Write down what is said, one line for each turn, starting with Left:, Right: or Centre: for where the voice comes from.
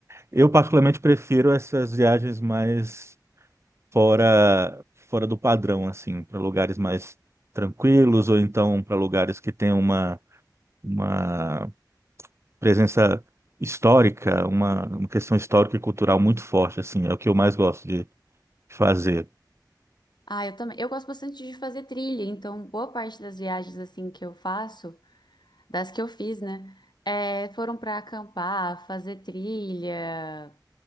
Right: Eu particularmente prefiro essas viagens mais fora, fora do padrão, assim, para lugares mais tranquilos ou então para lugares que têm uma, uma presença histórica, uma, uma questão histórica e cultural muito forte, assim, é o que eu mais gosto de fazer.
Left: Ah, eu também. Eu gosto bastante de fazer trilha, então boa parte das viagens assim que eu faço, das que eu fiz, né, é, foram pra acampar, fazer trilha.